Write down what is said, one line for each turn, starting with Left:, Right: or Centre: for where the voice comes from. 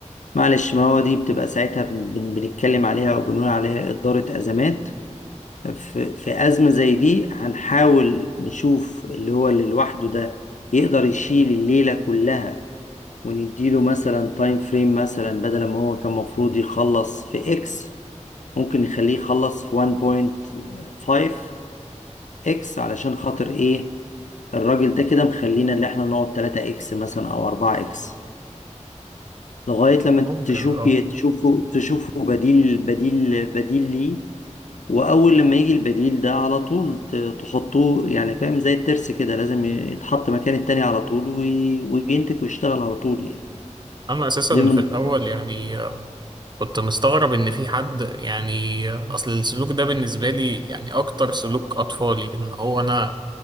Left: معلش ما هو دي بتبقى ساعتها بن- بن- بنتكلم عليها او بنقول عليها إدارة أزمات في في أزمة زي دي هنحاول نشوف اللي هو اللي لوحده ده يقدر يشيل الليلة كلها ونديله مثلا تايم فريم مثلا بدل ما هو كان المفروض يخلص في اكس ممكن نخليه يخلص في 1.5 اكس علشان خاطر ايه الراجل ده كده مخلينا اللي احنا نقعد 3 اكس مثلا او 4 اكس لغاية لما
Right: ممكن
Left: تشوف
Right: اه
Left: بي تشوفه تشوفه بديل بديل بديل ليه واول لما يجي البديل ده على طول ت- تحطوه يعني فاهم زي الترس كده لازم يتحط مكان التاني على طول وي- وينتج ويشتغل على طول يعني
Right: انا اساسا
Left: دي من
Right: في الاول يعني آه، كنت مستغرب ان في حد يعني آه، اصل السلوك ده بالنسبه لي يعني اكتر سلوك اطفالي ان هو انا